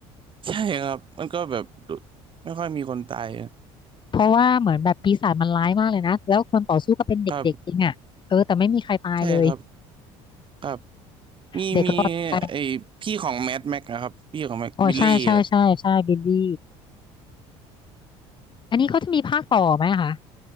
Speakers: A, on the right (about 40°); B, on the left (about 35°).
A: ใช่ครับมันก็แบบดูไม่ค่อยมีคนตาย
B: เพราะว่าเหมือนแบบปีศาจมันร้ายมากเลยนะแล้วคนต่อสู้ก็เป็นเด็กๆเองอ่ะเออแต่ไม่มีใครตายเลย
A: ครับใช่ครับครับมีมี
B: เด็กรอดไป
A: ไอพี่ของแม d แม็กนะครับพี่ของแม็กบิลลี่อะ
B: อ๋อใช่ใช่ใช่ใช่บิลลี่อันนี้เขาจะมีภาคต่อไหมคะ